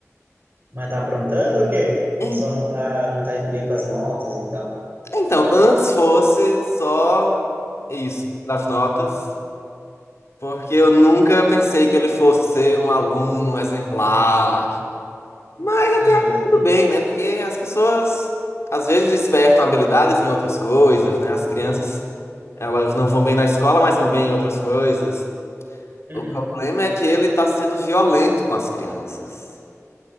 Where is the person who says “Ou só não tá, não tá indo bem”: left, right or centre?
Right